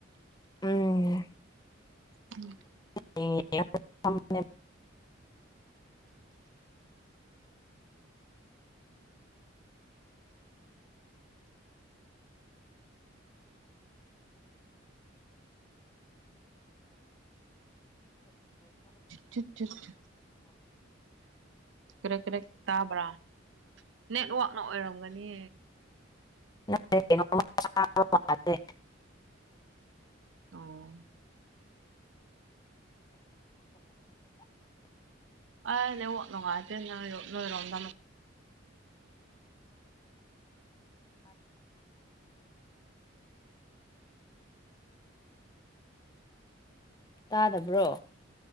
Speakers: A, on the left; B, on the right.
A: ꯎꯝ
B: <unintelligible>
A: ꯑꯣ <unintelligible> <unintelligible>
B: ꯆꯨꯠ ꯆꯨꯠ <unintelligible> ꯀ꯭ꯔꯛ ꯀ꯭ꯔꯛ ꯇꯥꯕ꯭ꯔꯥ ꯅꯦꯠꯋꯥꯛꯅ ꯑꯣꯏꯔꯝꯒꯅꯤ
A: <unintelligible> <unintelligible>
B: ꯑꯣ ꯑꯥ ꯅꯦꯠꯋꯥꯛ ꯅꯨꯡꯉꯥꯏꯇꯦ ꯅꯣꯏꯔꯣꯝ ꯅꯣꯏꯔꯣꯝꯗ ꯑꯃ
A: ꯇꯥꯗꯕ꯭ꯔꯣ